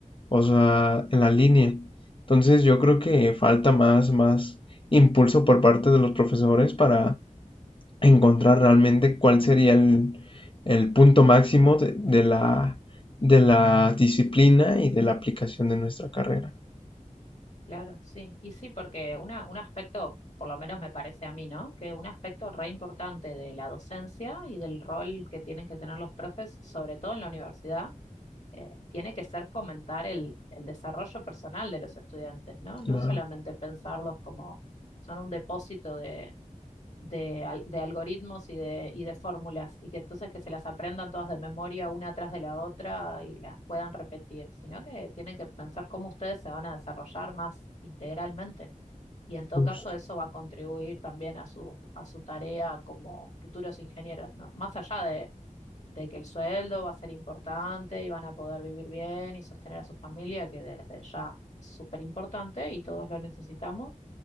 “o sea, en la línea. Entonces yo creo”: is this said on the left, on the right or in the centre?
Left